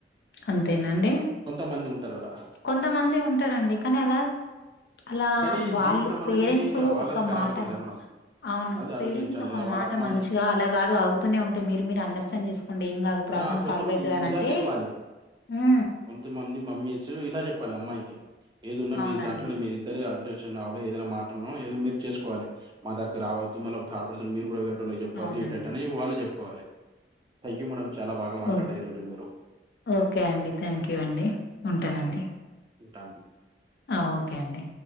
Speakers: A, on the left; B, on the right.
A: అంతేనా అండి.
B: కొంత మంది ఉంటారలా
A: కొంతమంది ఉంటారండి కానీ అలా అలా
B: కానీ
A: వాళ్ళు
B: జీవితం
A: పేరెంట్సు
B: అనేది వాళ్ళది
A: ఒక
B: ఖరాబ్
A: మాట
B: అయితది కదా మేడం
A: అవును
B: అది ఆలోచించాలి
A: పేరెంట్స్ ఒక
B: కదా వాళ్ళ
A: మాట
B: అమ్మాయి
A: మంచిగా అలా కాదు అవుతూనే ఉంటయ్ మీరు మీరు అండస్టాండ్ చేసు కొండి ఏం కాదు ప్రాబ్లమ్స్
B: ఆ కొంతమంది
A: సాల్వ్ అయితయ్
B: ఇ
A: అని
B: ఇలా
A: అంటే
B: చెప్పాలి
A: ఊ
B: కొంతమంది మమ్మీసూ ఇలా చెప్పాలె అమ్మాయికి ఏదున్నా
A: అవునండి.
B: మీరు దాంట్లోనే మీరు ఇద్ ఇద్దరే అండస్టాండ్ ఆవిడే ఏదైనా మాటల్నో ఏదో మీరు చేసుకోవాలి మా దగ్గ రావద్దు మల్ల కాకపోతే మీరు కూడా వేరే టోళ్లకు చెప్పద్దు
A: అవునండి.
B: ఇట్ల ఇట్ల అనీ వాళ్లు చెప్పుకోవాలి థాంక్యూ మేడం చాలా బాగా మాట్లాడేరెరు
A: ఓహ్!
B: మీరు
A: ఓకే అండి థ్యాంక్యూ అండి ఉంటానండి
B: ఉంటాన్
A: ఆ ఓకే అండి